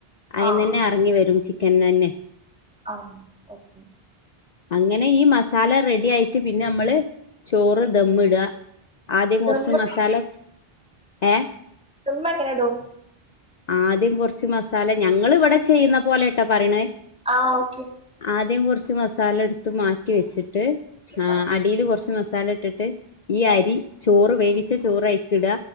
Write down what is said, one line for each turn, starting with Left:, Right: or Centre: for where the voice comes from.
Left: അയിനന്നെ
Centre: ആഹ്
Left: എറങ്ങി വരും ചിക്കന്ന്നന്നെ
Centre: ആഹ് ഓക്കെ
Left: അങ്ങനെ ഈ മസാല റെഡിയായിട്ട് പിന്നെ നമ്മള് ചോറ് ദമ്മ് ഇടാ ആദ്യം കുറച്ച്
Centre: ദമ്മ്
Left: മസാല ഏഹ്
Centre: ദമ്മ്ങ്ങനെടും
Left: ആദ്യം കൊറച്ച് മസാല ഞങ്ങള് ഇവിടെ ചെയ്യുന്ന പോലെട്ടോ പറിണേ
Centre: ആഹ് ഓക്കെ
Left: ആദ്യം കൊർച്ച് മസാലെട്ത്ത് മാറ്റി വെച്ചിട്ട് ആഹ്
Centre: ആ
Left: അടീല് കൊറച്ച് മസാലട്ടിട്ട് ഈ
Centre: ആഹ്
Left: അരി ചോറ് വേവിച്ച ചോറൈൽക്കിട